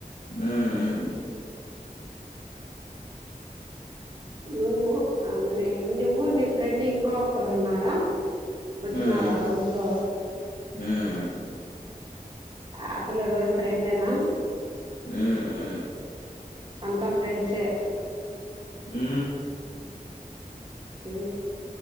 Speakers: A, on the left (about 85°); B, on the right (about 35°).
A: హు
B: నువ్వు ఆమెనే నువ్వు నీ ఫ్రెండ్ ఇంగోకరు ఉన్నారా? వచ్చినార
A: మ్మ్
B: రూమ్ లో?
A: మ్మ్
B: ఆ పిల్లోడు కూడ ఫ్రెండే నా?
A: హూ హు
B: అంత ఫ్రెండ్స్ ఏ
A: ఉ
B: ఉ